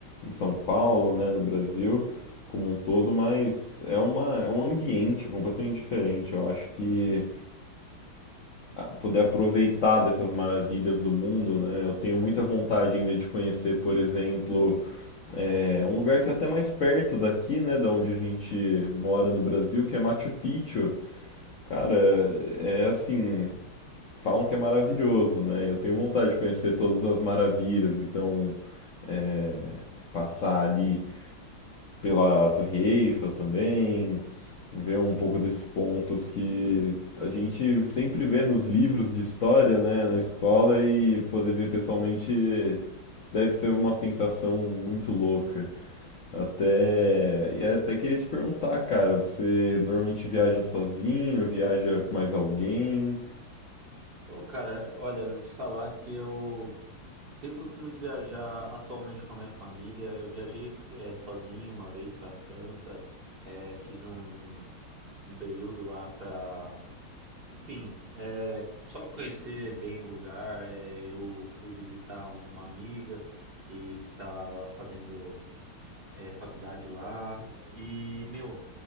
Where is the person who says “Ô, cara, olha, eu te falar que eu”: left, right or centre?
Right